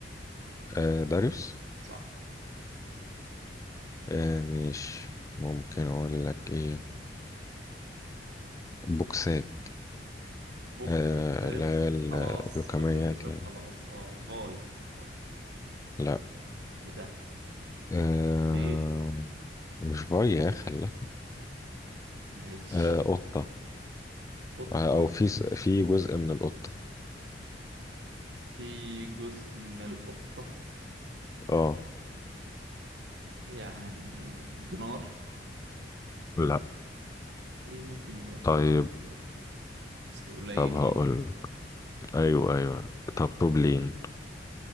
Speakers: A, on the left; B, on the right.
A: آه داريوس
B: صح
A: آه مش ممكن اقول لك ايه بوكسات
B: بوكسات
A: آه لا ال-
B: خلاص
A: اللوكميات
B: قلت بوكسات
A: يعني
B: خلاص اه فاي فاي
A: لا
B: ايه ده
A: آه
B: ليه
A: مش بياخ لا
B: ماشي
A: آه قطة
B: قطة
A: آه او في س- في جزء من القطة
B: في جزء من القطة
A: اه
B: يعني جنار
A: لا
B: ايه ممكن يبقى فيه
A: طيب
B: جزء من القطة اصل قليلين
A: طب هقول
B: يعني
A: ايوه ايوه طب طوبلين